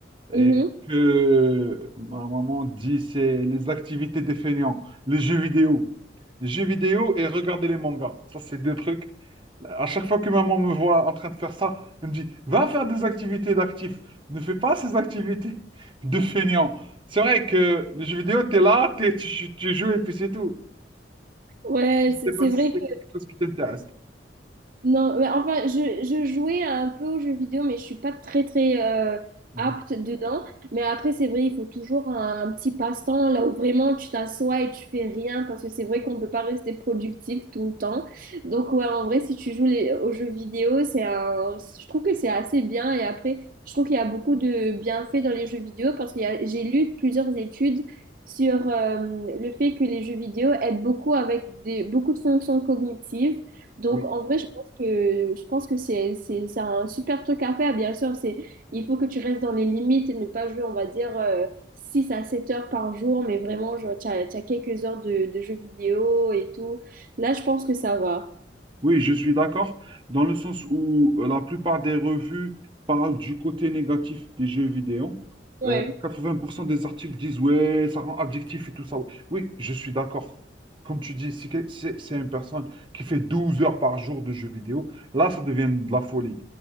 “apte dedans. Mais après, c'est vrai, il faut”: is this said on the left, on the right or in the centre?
Right